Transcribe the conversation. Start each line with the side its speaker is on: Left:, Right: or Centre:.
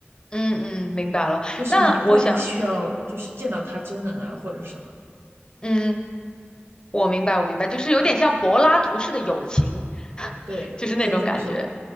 Left: 嗯嗯，明白了。
Right: 就是你不一定需要就是见到他真人啊或者是什么，
Left: 那我想，嗯嗯，我明白，我明白，就是有点像柏拉图式的友情。
Right: 对，
Left: 就是那种感觉。
Right: 可以这么说。